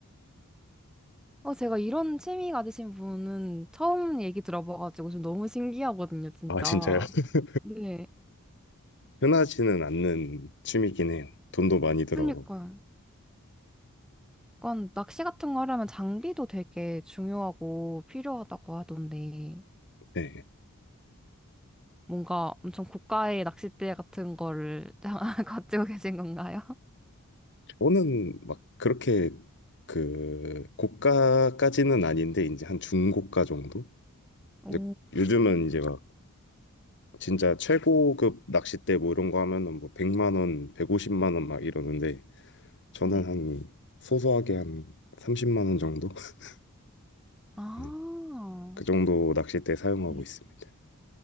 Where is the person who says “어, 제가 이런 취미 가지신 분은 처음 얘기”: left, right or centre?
Centre